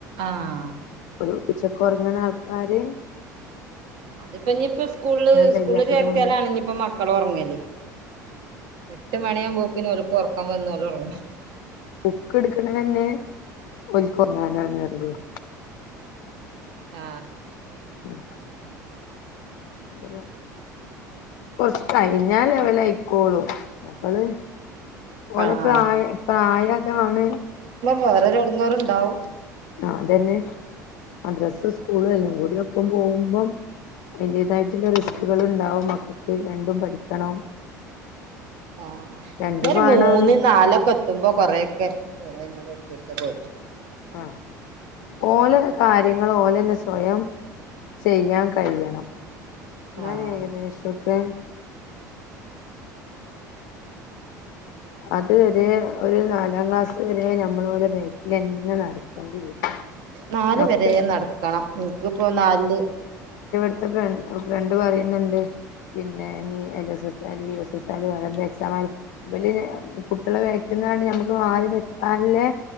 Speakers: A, on the right; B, on the left.
A: ആ
B: ഒരു ഉച്ചകൊർങ്ങ്ണാൾക്കാര്
A: അത്പ്പഞ്ഞിപ്പൊ സ്കൂൾല്
B: കഴിയാത്തത്
A: സ്കൂള് ചേർത്തിയാലാണ്
B: കൊണ്ട്
A: ഞ്പ്പം മക്കളൊർങ്ങല് എട്ട് മണിയാമ്പോകിന് ഓൽ ഒർക്കം വന്ന ഓലൊർങ്ങും
B: ബുക്ക് ട്ക്ണെന്നെ ഓൽകൊർങ്ങാനാണ്റിം ഞാൻ
A: ആ
B: <inaudible> അത് റം കൊർച്ചൊക്കായി തിന്നാനവളായികോളും അപള് ഓലെ
A: ആഹ്
B: പ്രായം പ്രായ അതാണ്
A: വേറൊരടങ്ങേറ്ണ്ടാവും
B: ആ അതന്നെ മദ്രസ് സ് കൂള് എല്ലം കൂടി ഒപ്പം പോകുമ്പം അതിന്റേതായി ത്തിന്റെ റിസ്കുകള്
A: ഉം
B: ണ്ടാവും മ്മക്ക് ത് രണ്ടും പഠിക്കണം
A: ആ പിന്നെരു
B: രണ്ടും വേണാണ്
A: മൂന്ന് നാലൊക്കെ എത്തുമ്പോ കൊറെക്കെ ഓല് അതിനോടണ്ട് പൊരുത്തപ്പെടും
B: ആ ഓനത് കാര്യങ്ങള് ഓലെന്നെ സ്വയം ചെയ്യാൻ കഴിയണം ന്നാലേകദേഷൊക്കെ
A: ആഹ്
B: അത് വരെ ഒരു നാലാം ക്ലാസ് വരെ ഞമ്മൾ ഓലെ ബാക്കിലെന്നെ നടക്കണ്ടി വരും
A: നാല്
B: ഒക്കെ
A: വരെ നടക്കണം ഇൻക്ക് ഇപ്പോ നാല് ല്
B: ഇന്റെ ഫ്രൺ ഫ്രണ്ട് പറയുന്ന്ണ്ട് പിന്നെ ഇനി എൽ എസ് എസ് ആയാലും യു എസ് എസ് ആയാലും വേറെന്ത് എക്സാം ആയാലും, ഇവല് ഇഞ്ഞ് കുട്ടികളെ വേക്കുന്നാണ്ട് ഞമ്മക്ക് മാറി നിക്കാൻ ല്ലെ